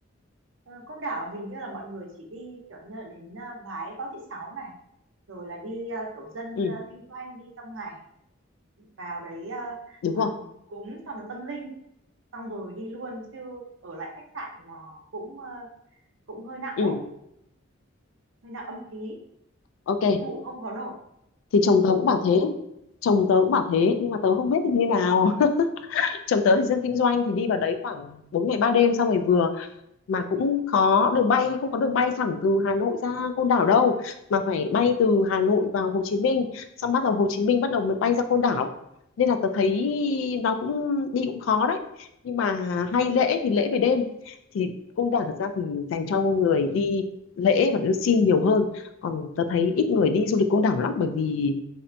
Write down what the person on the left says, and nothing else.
ừ
đúng
rồi
Ừ,
ok.
Thì chồng tớ cũng bảo thế. Chồng tớ cũng bảo thế, nhưng mà tớ không biết thì như nào. <laughs> Chồng tớ thì dân kinh doanh thì đi vào đấy khoảng 4 ngày 3 đêm xong rồi vừa. mà cũng có đường bay không có đường bay thẳng từ Hà Nội ra Côn Đảo đâu mà phải bay từ Hà Nội vào Hồ Chí Minh xong bắt đầu Hồ Chí Minh bắt đầu mới bay ra Côn Đảo nên là tớ thấy nó cũng đi cũng khó đấy nhưng mà hay lễ thì lễ về đêm thì Côn Đảo thật ra thì dành cho người đi lễ và đưa xin nhiều hơn còn tớ thấy ít người đi du lịch Côn Đảo lắm bởi vì